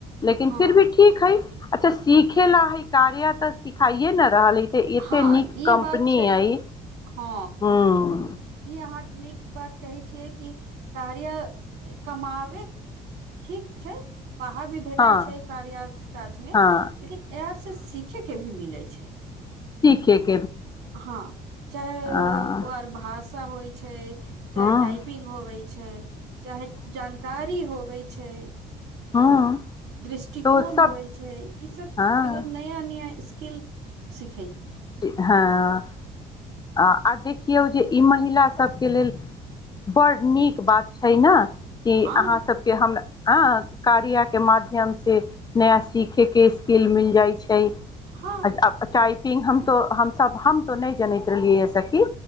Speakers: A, on the left; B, on the right.
A: लेकिन
B: हँ
A: फिर भी ठीक है अच्छा सिखे ला हइ कार्या तऽ सिखाइए न रहल हइ तऽ इते
B: हँ
A: नीक
B: ई
A: कम्पनी
B: बात छै
A: आई
B: कि हँ
A: हुं
B: ई अहाँ नीक बात कहै छियै कि कार्या कमाबे ठीक छै पाहा भी भेटाई
A: हँ
B: छै कार्या काज मे
A: हँ
B: लेकिन एप से सीखे के भी मिलै छै
A: सीखेक
B: हँ चाहे
A: हँ
B: ओ आर भास त' होइ छै
A: हँ
B: चाहे टाइपिंग होबै छै चाहे जानकारी होबै छै
A: हँ
B: दृष्टिकोण
A: तो सभ
B: होबै छै ईसभ
A: हँ
B: एगो नया नया स्क इल सिख
A: हँ आ देखियौ जे ई महिला सब के लेल बड़ नीक बात छै न कि
B: हँ
A: अहाँसभके हमरा हँ कार्याके माध्यमसँ नया सीखैके स्किल मिल जाइ छै
B: हँ
A: <unintelligible> <unintelligible> तऽ हमस हम तऽ नहि जनैत रहलियै स खी